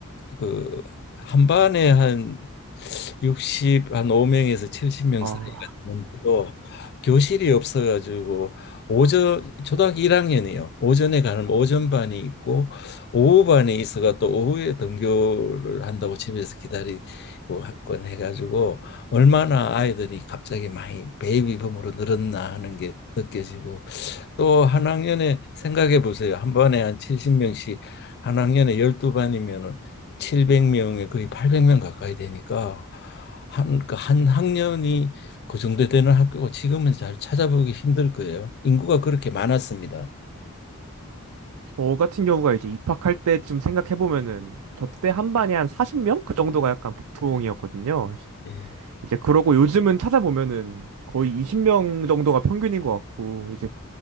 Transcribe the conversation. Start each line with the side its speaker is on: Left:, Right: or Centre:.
Left: 그 한 반에 한6십한 5명에서 70명
Right: 어,
Left: 사이가 되는데도 교실이 없어가지고 오전 초등학교 1학년이요. 오전에 가는 오전 반이 있고 오후 반에 있어가 또 오후에 등교를 한다고 집에서 기다리고 학원 해가지고 얼마나 아이들이 갑자기 많이 베이비붐으로 늘었나 하는 게 느껴지고 또 한 학년에 생각해 보세요. 한 반에 한 70명씩 한 학년에 12반이면은 700명에 거의 800명 가까이 되니까 한, 그한 학년이 그 정도 되는 학교고 지금은 잘 찾아보기 힘들 거예요. 인구가 그렇게 많았습니다.
Right: 저 같은 경우가 이제 입학할 때쯤 생각해보면은 저 때 한 반에 한 40명? 그 정도가 약간 보통이었거든요.
Left: 예.
Right: 이제 그러고 요즘은 찾아보면은 거의 20명 정도가 평균인 것 같고 이제